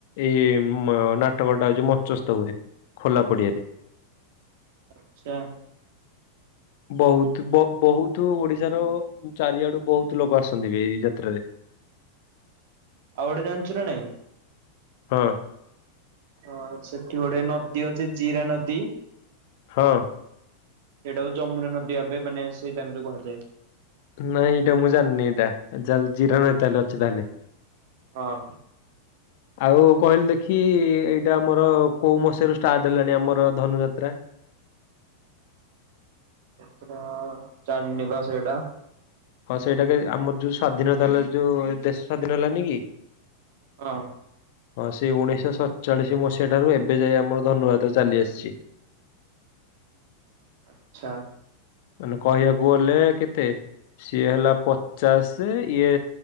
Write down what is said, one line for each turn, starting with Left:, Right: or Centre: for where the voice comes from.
Left: ଏଇ ନାଟକ ଟା ହଉଛି ମଞ୍ଚସ୍ଥ ହୁଏ ଖୋଲା ପଡିଆରେ।
Right: ଆଚ୍ଛା।
Left: ବହୁତ ବହୁତ ଓଡିଶାର ଚାରିଆଡୁ ବହୁତ କେତେ ଲୋକ ଆସନ୍ତି ବି ଏଇ ଯାତ୍ରାରେ।
Right: ଆଉ ଗୋଟେ ଜାଣିଛୁ ନା ନାଇଁ
Left: ହଁ।
Right: ହଁ ସେଠି ଗୋଟେ ନଦୀ ଅଛି ଜିରା ନଦୀ
Left: ହଁ।
Right: ସେଇଟା ହଉଛି ଯମୁନା ନଦୀ ଭାବେ ମାନେ ସେଇ ଟାଇମ ରେ କୁହାଯାଏ।
Left: ନାଇଁ ଏଇଟା ମୁଁ ଜାଣିନି ଏଇଟା ଯା ଜିରା ନହି ତାହେଲେ ଅଛି ତାହେଲେ।
Right: ହଁ।
Left: ଆଉ କହିଲୁ ଦେଖି ଏଇଟା ଆମର କୋଉ ମସିହାରୁ ଷ୍ଟାର୍ଟ ହେଲାଣି ଆମର ଧନୁଯାତ୍ରା? <inaudible>
Right: ପତ ଚାନିବାସ ସେଇଟା।
Left: ହଁ ସେଇଟାକେ ଆମର ଯୋଉ ସ୍ଵାଧୀନତା ଯୋଉ ଦେଶ ସ୍ୱାଧୀନ ହେଲାନି କି?
Right: ହଁ
Left: ହଁ ସେଇ ଉଣେଇଶହ ସତଚାଳିଶ ମସିହା ଠାରୁ ଏବେ ଯାଏ ଆମର ଧନୁ ଯାତ୍ରା ଚାଲି ଆସିଛି। <inaudible>
Right: ଆଚ୍ଛା।
Left: ମାନେ କହିବାକୁ ଗଲେ କେତେ ସିଏ ହେଲା ପଚାଶ ଇଏ